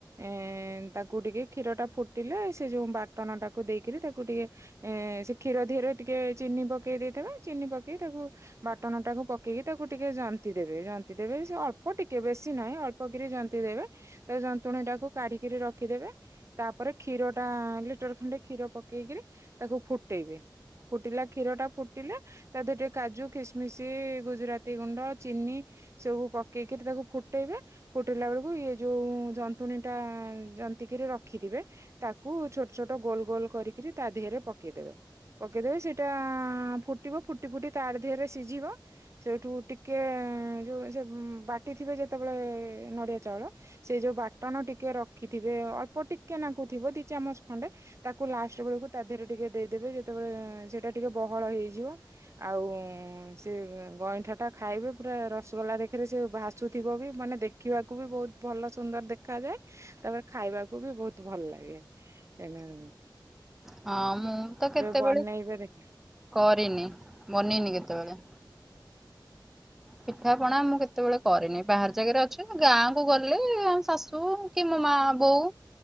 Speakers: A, on the right; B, in the centre.
A: ଏଁ ତାକୁ ଟିକେ କ୍ଷୀର ଟା ଫୁଟିଲେ ସେ ଯୋଉ ବାଟନ ଟାକୁ ଦେଇକରି ତାକୁ ଟିକେ ଏ ସେ କ୍ଷୀର ଧିଅରେ ଟିକେ ଚିନି ପକେଇ ଦେଇଥିବା ଚିନି ପକେଇ ତାକୁ ବାଟଣଟାକୁ ପକେଇକି ତାକୁ ଟିକେ ଜନ୍ତି ଦେବେ ଜନ୍ତିି ଦେବେ ସେ ଅଳ୍ପ ଟିକେ ବେଶୀ ନାହିଁ ଅଳ୍ପ କିରି ଜନ୍ତିି ଦେବେ ତା ଯନ୍ତୁଣୀ ଟାକୁ କାଢିକିରି ରଖିଦେବେ। ତାପରେ କ୍ଷୀର ଟା ଲିଟର ଖଣ୍ଡେ କ୍ଷୀର ପକେଇକରି ତାକୁ ଫୁଟେଇବେ। ଫୁଟିଲା କ୍ଷୀର ଟା ଫୁଟିଲେ ତା ଦେରେ ଟିକେ କାଜୁ କିସ ମିଶି ଗୁଜୁରାତି ଗୁଣ୍ଡ ଚିନି ସବୁ ପକେଇକି ତାକୁ ଫୁଟେଇବେ ଫୁଟେଇଲା ବେଳକୁ ଇଏ ଯୋଉ ଯନ୍ତ ଫୁଣି ତା ଯନ୍ତି କରି ରଖିଥିବେ ତାକୁ ଛଟ ଛୋଟ ଗୋଲ ଗୋଲ କରି ସେଇଟି ତା ଦେହରେ ପକେଇଦେବେ ପକେଇଦେବେ ସେଇଟା ଫୁଟିବ ଫୁଟି ଫୁଟି ତାହାରି ଦେହରେ ସି ଯିବ। ସେଇଠୁ ଟିକେ ଯୋଉ ସେ ବାଟି ଥିବେ ଯେତେବେଳେ ନଡିଆ ଚାଉଳ। ସେ ଯୋଉ ବାଟଣ ଟିକେ ରଖିଥିବେ ଅଳ୍ପ ଟିକେ ନାକୁ ଥିବ ଦି ଚାମଚ ଖଣ୍ଡେ। ତାକୁ ଲାଷ୍ଟ ବେଳକୁ ତା ଦେହରେ ଟିକେ ଦେଇଦେବେ ଯେତେବେଳେ ସେଇଟା ଟିକେ ବହଳ ହେଇଯିବ। ଆଉ ଉଁ ସେ ଗଇଁଠାଟା ଖାଇବେ ପୁରା ରସଗୋଲା ଦେଖରେ ସେ ଭାସୁଥିବ ବି ମାନେ ଦେଖ ଦେଖିବାକୁ ବି ବହୁତ ଭଲ ସୁନ୍ଦର ଦେଖାାଯାଏ ତାପରେ ଖାଇବାକୁ ବି ବହୁତ ଭଲ ଲାଗେ। ଏନା <inaudible>
B: ହଁ ମୁଁ ତ କେତେବେଳେ
A: ବନେଇବେ ଦେଖ
B: କରିନି ବନିନି କେତେବେଳେ। ପିଠା ପଣା ମୁଁ କେତେବେଳେ କରିନି ବାହାର ଜାଗାରେ ଅଛି ଗାଁକୁୁ ଗଲେ ଆମ ଶାଶୁ କି ମୋ ମା ବୋଉ